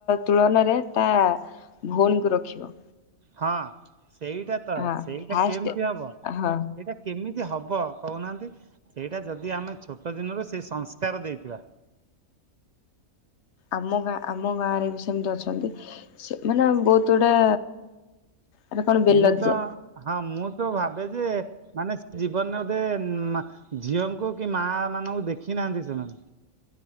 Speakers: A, on the left (about 60°); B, on the right (about 75°).
A: ତୁଳନାରେ ତା ଭଉଣୀକୁ ରଖିବ।
B: ହଁ ସେଇଟା ତ
A: ହଁ
B: ସେଇଟା
A: ଫାଷ୍ଟ
B: କେମିତି ହବ
A: ହଁ
B: ସେଇଟା। କେମିତି ହବ କହୁନାହାନ୍ତି ସେଇଟା ଯଦି ଆମେ ଛୋଟ ଦିନରୁ ସେ ସଂସ୍କାର ଦେଇଥିବା।
A: ଆମ ଗାଁ ଆମ ଗାଁ ରେ ବି ସେମିତି ଅଛନ୍ତି। ସେ ମାନେ ବହୁତ ଗୁଡା। ଏଟା କଣ ବେଲଜ୍ୟା
B: ମୁଁ ତ ହଁ ମୁଁ ତ ଭାବେ ଯେ। ମାନେ ସେ ଜୀବନରେ ବୋଧେ ଝିଅଙ୍କୁ କି ମା ମାନଙ୍କୁ ଦେଖି ନାହାନ୍ତି ସେମାନେ।